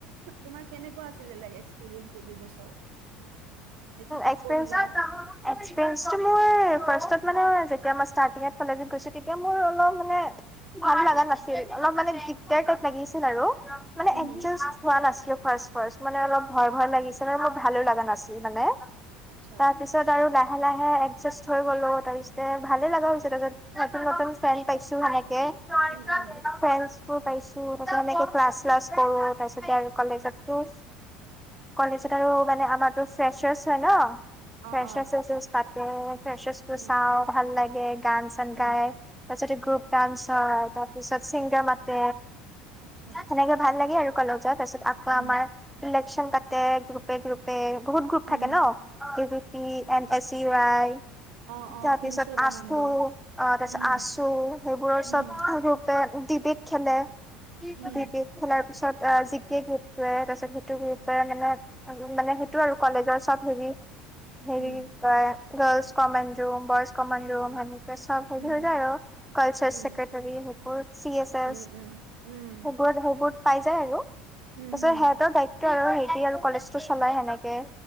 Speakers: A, on the right; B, in the centre.
A: তোমাৰ কেনেকুৱা আছিলে? এক্সপিৰিয়েঞ্চ এই দুই বছৰ। <unintelligible>
B: এক্সপিৰিয়েচ,
A: কৰিলা
B: এক্সপিৰিয়েচতো মোৰ ফাৰ্ষ্টত মানে যেতিয়া মই স্টাৰ্তিং কলেত গৈছো তেতিয়া মোৰ অলপ মানে ভাল লগা নাছিল। অলপ মানে দিগাৰ টাইপ লাগিছিল আৰু। মানে
A: উম
B: এডজাষ্ট
A: হম
B: হোৱা নাছিলো ফাৰ্ষ্ট ফাৰ্ষ্ট মানে অলপ ভয় ভয় লাগিছে ন মোৰ ভালো লগা নাছিল। মানে
A: আচ্ছা
B: তাৰপিছত আৰু লাহ লাহে লাহে এডজাষ্ট হৈ গ'লো তাৰপিছতে ভালে লগা হৈছে তাৰ পিছত নতুন নতুন ফ্ৰেন পাইছো সেনেকে। <unintelligible>
A: উম উম
B: ম পাইছো তাৰ পিছত এনেকে ক্লাছ চ্লাছ কৰো তাৰ পিছতে আৰু কলেজতো। কলেজত আৰু মানে আমাৰ ফ্ৰচাৰছ হয় ন
A: অ
B: ফ্ৰেচ
A: অ
B: জু পা ফ্ৰেচাৰছোৰ
A: উম
B: চাওঁ ভাল লাগে। গান চান
A: উম
B: গাই তাৰ পিছতে গ্ৰুপ ডান্স হয় তাৰ পিছত ছিংগাৰ মাতে।
A: আচ্ছা
B: সেনেকে ভাল লাগে আৰু কলেজত তাৰপিছত আকৌ
A: উম
B: আমাৰ ইলেকষ্য়ন পাতে। গ্ৰুপে গ্ৰুপে বহুত গ্ৰুপ
A: উম
B: থাকে ন <unintelligible>
A: অ' অ
B: তাৰ পিছত
A: শুনিছো ৰ'বা
B: আচু
A: নামবোৰ
B: অ তাৰপিছত
A: উম
B: আচু সেইবোৰৰ
A: উম
B: চব ৰূপে দিবিক। খেলে দুইটিন
A: উম
B: খেলাৰ পিছত। অ' জিকে গ্ৰুপটোৱে তাৰপিছত সিটো গ্ৰুপ মানে মানে সেই কলেজ হৰি হেৰি
A: উম।
B: গৰ্লচ কমেন ৰুম বইছ কমনম
A: অ',
B: হে
A: উম,
B: হৈ যায় আৰু কাৰছেক্ৰটাৰী
A: উম,
B: সেই চি এ এ
A: উম, উম, উম,
B: হবত হবত পাই যায় আৰু তাৰপিছত
A: উম, হুম।
B: সিহঁতৰ দায়িত্ব আৰু সে আৰু কলেজটো চলাই সেনেকে।